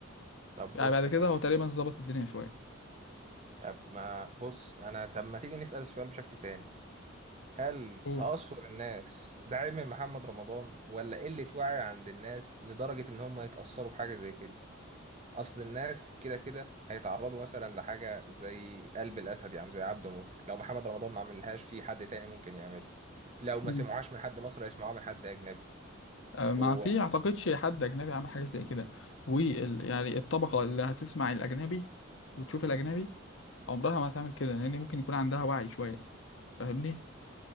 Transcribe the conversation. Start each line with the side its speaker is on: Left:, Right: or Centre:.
Right: طب
Left: يعني
Right: بص
Left: بعد
Right: يا
Left: كده
Right: سيدي
Left: هو تقريبا ظبط الدنيا شويه
Right: طب ما بص انا طب ما تيجي نسأل السؤال بشكل تاني هل
Left: قول.
Right: تأثر الناس ده عيب من محمد رمضان ولا قلة وعي عند الناس لدرجة ان هم يتأثروا بحاجة زي كده اصل الناس كده كده هيتعرضوا مثلا لحاجة زي قلب الاسد يعني زي عبده موت لو محمد رمضان ما عملهاش في حد تاني ممكن يعملها لو ما
Left: مم.
Right: سمعوهاش من حد مصري هيسمعوها من حد اجنبي
Left: آه، ما
Right: هو
Left: في اعتقدش حد اجنبي عامل حاجه زي كده وال يعني الطبقه اللي هتسمع الاجنبي وتشوف الاجنبي عمرها ما هتعمل كده لان ممكن يكون عندها وعي شويه فاهمني